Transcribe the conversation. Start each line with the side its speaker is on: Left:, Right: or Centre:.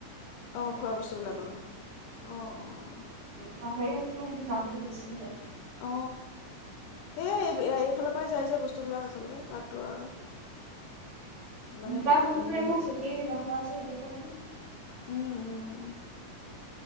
Right: চব
Left: অ খোৱা
Right: বস্তুৱে
Left: বস্তুবিলাকৰ অ অ
Right: পাহাৰীয়াত কাৰ নামটো বেছি হয়
Left: অ সেইয়াই এই এইফালৰ পৰাই যায় যে বস্তুবিলাক আচলতে তাতো আৰু মানে
Right: তাত খাতাই
Left: উম
Right: খুব ছটি আহ ন হয়জটো কাৰ
Left: উম উম